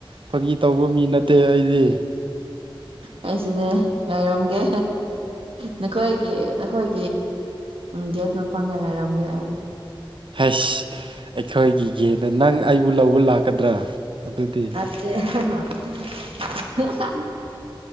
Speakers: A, on the right; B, on the right.
A: ꯐꯥꯒꯤ ꯇꯧꯕ ꯃꯤ ꯅꯠꯇꯦ ꯑꯩꯗꯤ
B: ꯑꯩꯁꯤꯅꯦ ꯉꯥꯏꯔꯝꯒꯦ ꯅꯈꯣꯏꯒꯤ ꯅꯈꯣꯏ ꯒꯦꯠ ꯃꯄꯥꯟꯗ ꯂꯩꯔꯝꯒꯦ ꯑꯩ
A: ꯍꯁ ꯑꯩꯈꯣꯏꯒꯤꯒꯅ ꯅꯪ ꯑꯩꯕꯨ ꯂꯧꯕ ꯂꯥꯛꯀꯗ꯭ꯔꯥ ꯑꯗꯨꯗꯤ
B: <unintelligible>